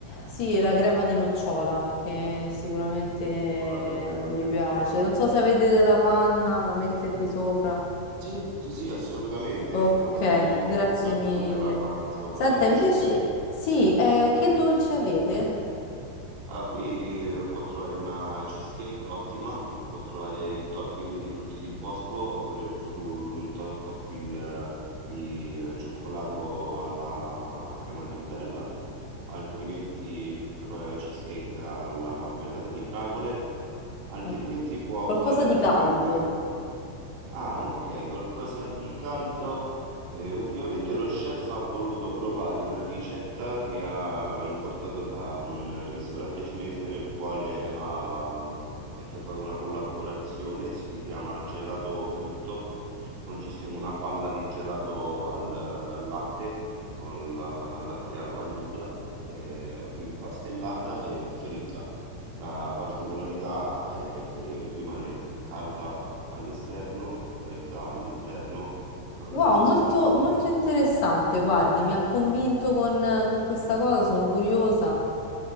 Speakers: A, on the left; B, on the right.
A: sì, la crema di nocciola che sicuramente
B: cioccolato e crema
A: le
B: di nocciola.
A: piace. Non so se avete della panna da metterli sopra.
B: Sì, sì, sì, assolutamente,
A: Ok,
B: la guarniremo
A: grazie
B: senz'altro
A: mille.
B: con della panna sopra.
A: Senta,
B: E invece
A: invece,
B: per lei,
A: sì, eh, che dolce avete?
B: ah, qui eh, può trovare una cheesecake ottima, può trovare il topping di frutti di bosco oppure il fru- un topping eh, di eh, cioccolato alla crema di Nutella, altrimenti può trovare la cheesecake alla marmellata di fragole, altrimenti
A: Oh,
B: può
A: Qualcosa
B: optare
A: di
B: per
A: caldo.
B: un'ottima... Ah, ok, qualcosa di caldo. Eh, ultimamente lo chef ha voluto provare una ricetta che ha importato da un ristorante cinese nel quale ha effettuato una collaborazione, si chiama gelato fritto, consiste in una palla di gelato al latte, con la al latte alla vaniglia, eh, impastellata e fritta. La particolarità è che rimane calda All'esterno fredda, all'interno è una
A: Wow,
B: delizia
A: molto,
B: per il gelato.
A: molto interessante. Guardi, mi ha convinto con, con questa cosa, sono curiosa.